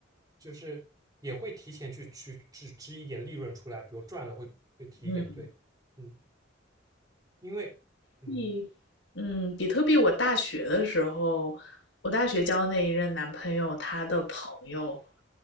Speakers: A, on the right; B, on the left.
A: 就是也会提前去去支支一点利润出来，比如赚了会会提一点，
B: 嗯，
A: 对，嗯。因为，嗯，
B: 比嗯，比特币，我大学的时候，我大学交那一任男朋友，他的朋友